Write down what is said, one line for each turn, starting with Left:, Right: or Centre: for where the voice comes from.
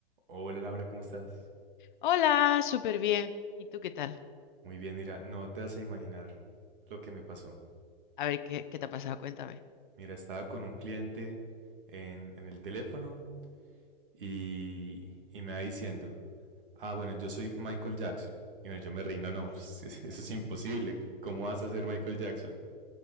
Right: Hola Laura, ¿cómo estás?
Left: Hola, súper bien. ¿Y tú qué tal?
Right: Muy bien, mira, no te vas a imaginar lo que me pasó.
Left: A ver, ¿qué, qué te ha pasado? Cuéntame.
Right: Mira, estaba con un cliente en, en el teléfono y, y me va diciendo, ah, bueno, yo soy Michael Jackson. Y bueno, yo me reí, no, no, pues, <laughs> eso es imposible. ¿Cómo vas a ser Michael Jackson?